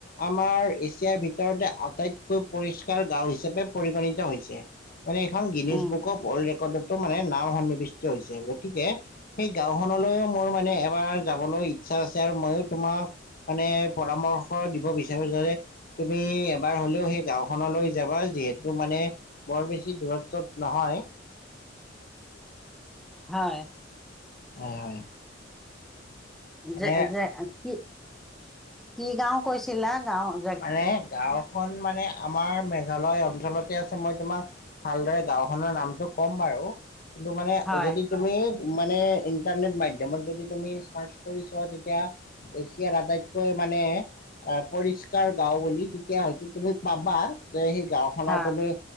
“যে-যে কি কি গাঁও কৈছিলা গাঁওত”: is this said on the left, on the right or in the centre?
Centre